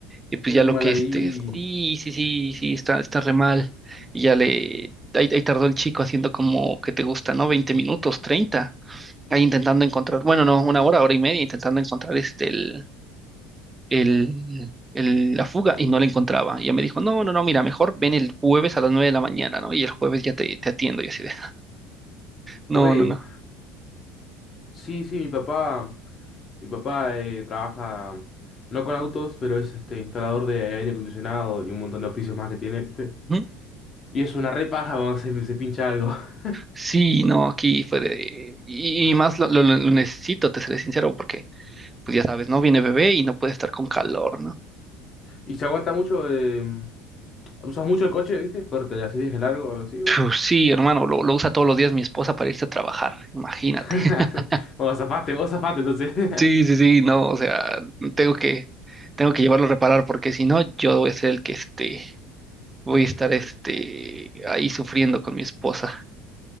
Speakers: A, on the right; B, on the left.
A: Y pues
B: uh,
A: ya lo
B: mal
A: que
B: ahí.
A: este, sí, sí, sí, sí, está, está re mal. Y ya le, ahí, ahí tardó el chico haciendo como que te gusta, ¿no? veinte minutos, treinta ahí intentando encontrar, bueno, no, una hora, hora y media, intentando encontrar este, el, el, el- la fuga y no la encontraba. Y ya me dijo, no, no, no, mira, mejor ven el jueves a las 9 de la mañana, ¿no? Y el jueves ya te, te atiendo y así de,
B: Güey.
A: no, no, no.
B: Sí, sí, mi papá, mi papá eh, trabaja no con autos, pero es este instalador de aire acondicionado y un montón de oficios más que tiene, ¿viste?
A: ¿Mm?
B: Y es una repaja cuando se, se pincha algo. <laughs>
A: Sí, no, aquí fue de... Y y más lo, lo- lo necesito, te seré sincero, porque pues ya sabes, ¿no? Viene bebé y no puede estar con calor, ¿no?
B: Y se aguanta mucho, eh, usas mucho el coche, ¿viste? Corte, le haces viaje largo o algo así, vos.
A: Puf, Sí, hermano, lo, lo usa todos los días mi esposa para irse a trabajar, imagínate.
B: <laughs>
A: <laughs>
B: Bueno, zafaste, vos zafaste entonces. <laughs>
A: Sí, sí, sí, no, o sea, tengo que, tengo que llevarlo a reparar porque si no, yo voy a ser el que este, voy a estar este, ahí sufriendo con mi esposa.